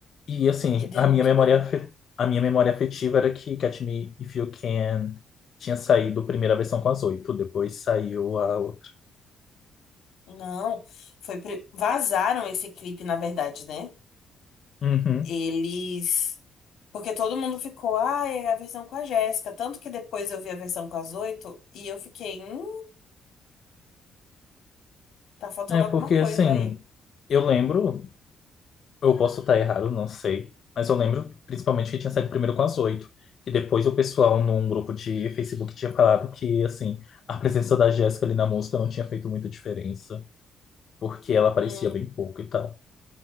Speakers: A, on the left; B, on the left.
A: E assim,
B: E deu
A: a minha
B: no que
A: memória,
B: deu.
A: afe- a minha memória afetiva era que Catch Me If You Can tinha saído a primeira versão com as oito, depois saiu a outra.
B: Não, foi pri- vazaram esse clipe, na verdade, né?
A: Uhum.
B: Eles. Porque todo mundo ficou, ah, é a versão com a Jéssica. Tanto que depois eu vi a versão com as oito e eu fiquei, hum, tá faltando
A: É
B: alguma
A: porque
B: coisa
A: assim,
B: aí.
A: eu lembro, eu posso estar errado, não sei, mas eu lembro principalmente que tinha saído primeiro com as oito, que depois o pessoal num grupo de Facebook tinha falado que assim, a presença da Jéssica ali na música não tinha feito muita diferença, porque ela aparecia
B: Hum.
A: bem pouco e tal.